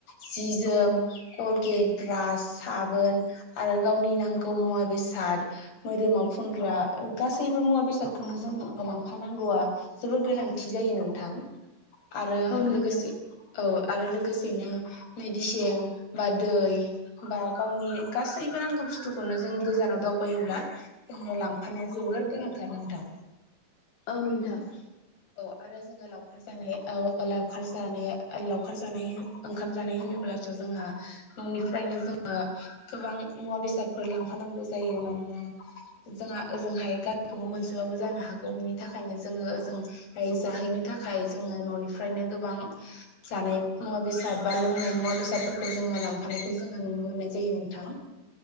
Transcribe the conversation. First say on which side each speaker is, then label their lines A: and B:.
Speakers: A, on the left; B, on the left.
A: जि जोम कलगेट ब्रास साबोन आरो गावनि नांगौ मुवा बेसाद मोदोमाव फुनग्रा गासैबो मुवा बेसादखौनो जों लांफानांगौआ जोबोर गोनांथि जायो नोंथां आरो
B: औ नोंथां
A: लोगोसे औ आरो लोगोसेनो मेडिसिन बा दै बा गावनि गासैबो नांगौ बुस्थुखौनो जों गोजानाव दावबायोब्ला जों लांफानाया जोबोर गोनांथार नोंथां।
B: औ नोंथां।
A: औ आरो जों लाव जानाय लावखार जानाय लावखार जानाय ओंखाम जानाय होनोब्लाथ' जोंहा न'निफ्रायनो जोङो गोबां मुवा बेसादफोर लांफानांगौ जायो मानोना जोंहा ओजोंहाय गासिबो मोनजोबाबो जानो हागौ बिनि थाखायनो जोङो ओजों जाहैनो थाखाय जोङो न'निफ्रायनो गोबां जानाय मुवा बेसाद बा लोंनाय मुवा बेसादफोरखौ जोङो लांफानायखौ जोङो नुनो मोननाय जायो नोंथां